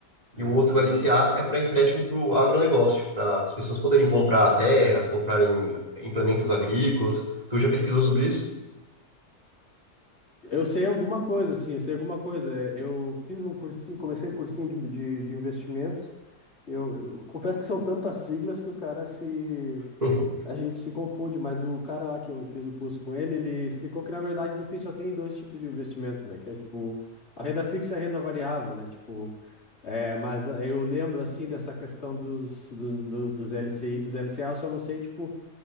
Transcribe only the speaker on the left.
Ah,
eu sei alguma coisa, sim, eu sei alguma coisa. Eu fiz um cursinho, comecei um cursinho de, de, de investimentos. Eu, eu confesso que são tantas siglas que o cara se,
A gente se confunde, mas o cara lá que eu fiz o curso com ele, ele explicou que, na verdade, no fim só tem dois tipos de investimento, né? Que é, tipo, a renda fixa e a renda variável, né? Tipo, é, mas eh, eu lembro, assim, dessa questão dos, dos, do- dos LCI, dos LCA, eu só não sei, tipo,